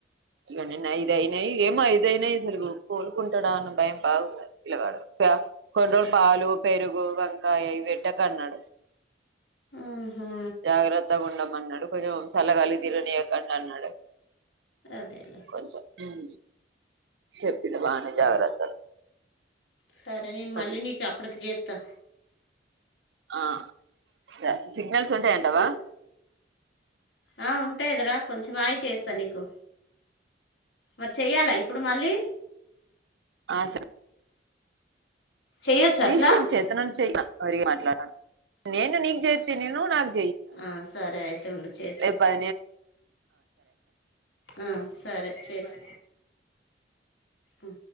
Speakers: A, on the right; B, on the left.
A: ఇగ నిన్న ఐదు అయినాయి ఏమో ఐదుయినాయి అసలు కోలుకుంటాడా అన్న భయం బాగుంది పిలగాడు కానీ రోజులు పాలు పెరుగు వంకాయ ఇవి పెట్టకన్నాడు
B: ఆహా
A: జాగ్రత్తగా ఉండమన్నడు కొంచెం సల్లగాలికి తిరగనియకండి అన్నాడు
B: అదేలే
A: కొంచెం ఉం చెప్పిన బాగనే జాగ్రత్తలు
B: సరే నేను మళ్ళీ
A: అది
B: నీకు అప్పటికి చేస్తా
A: ఆ స సిగ్నల్స్ ఉంటయి అంటవా
B: ఉమ్, ఆ, కొంచెం ఆయి చేస్తాను నీకు మరి చేయ్యాలా ఇప్పుడు మళ్ళీ
A: ఆ స
B: చెయ్యొచ్చు
A: నీ
B: అట్లా
A: ఇష్టం చేతన చెయరి మాట్లాడను నేను నీకు చేత నేను నాకు
B: ఆ, సరే అయితే ఉండు చేస్తా
A: అ పే
B: ఆ సరే చేసి అ